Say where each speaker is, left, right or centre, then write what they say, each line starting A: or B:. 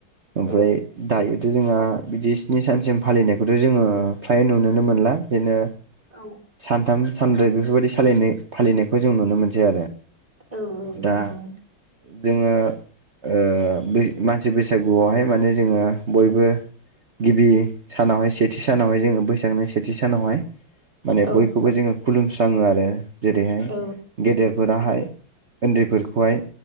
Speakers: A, on the right (about 40°); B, on the right (about 20°).
A: ओमफ्राय
B: औ
A: दायोथ' जोंहा। बिदि स्नि सानसिम फालिनायखौथ' जोङो फ्राय नुुनोनो मोनला बेनो।
B: औ
A: सानथाम सानब्रै बेफोरबायदि सालायनाय फालिनायखौ जों नुनो मोनसै आरो।
B: औ-औ
A: दा
B: नंगौ।
A: जोङो ओ बि मानसि बैसागुआवहाय माने जोङो बयबो। गिबि सानावहाय सेथि सानावहाय जोङो बैसागोनि सेथि सानावहाय। माने
B: औ
A: बयखौबो जोङो खुलुमस्राङो आरो जेरैहाय
B: औ
A: गेदेर। फोराहाय उन्दैफोरखौहाय